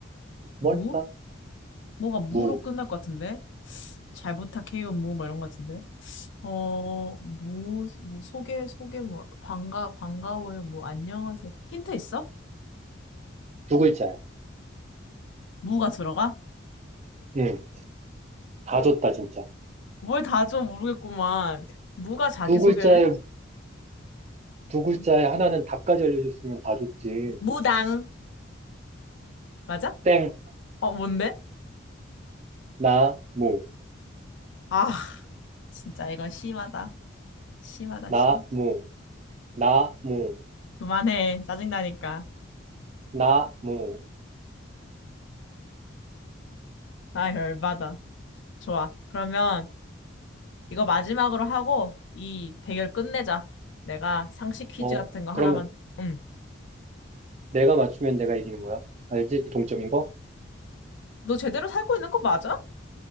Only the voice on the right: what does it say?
뭘까?
무.
두 글자야.
응, 다 줬다, 진짜.
두 글자에
두 글자에
하나는 답까지 알려줬으면 다 좋지.
땡,
나, 무,
나,
무, 나, 무,
나, 무.
어,
그러면
내가 맞추면 내가 이기는 거야? 알지? 동점인 거?